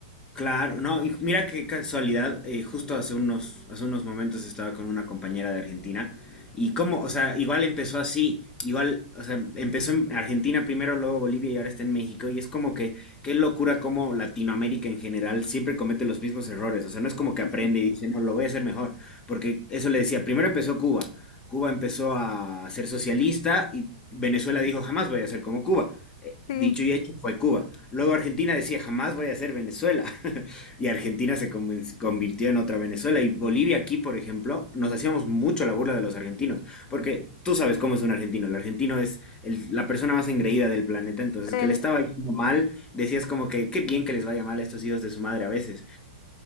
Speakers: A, on the left; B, on the left.
A: Claro, no, y mira qué casualidad, eh, justo hace unos, hace unos momentos estaba con una compañera de Argentina y cómo, o sea, igual empezó así, igual, o sea, empezó en Argentina primero, luego Bolivia y ahora está en México y es como que, qué locura cómo Latinoamérica en general siempre comete los mismos errores, o sea, no es como que
B: <laughs>
A: aprende
B: Sí,
A: y dice, no, lo voy a hacer mejor, porque eso le decía, primero empezó Cuba, Cuba empezó a ser socialista y Venezuela dijo, jamás voy a ser como Cuba. Eh,
B: sí,
A: Dicho y hecho fue Cuba. Luego Argentina decía, jamás voy a ser Venezuela. <laughs> Y Argentina se conven- convirtió en otra Venezuela. Y Bolivia aquí, por ejemplo, nos hacíamos mucho la burla de los argentinos. Porque tú sabes cómo es un argentino. El argentino es el- la persona más engreída del planeta. Entonces,
B: del...
A: que le estaba yendo mal, decías como que, qué bien que les vaya mal a estos hijos de su madre a veces.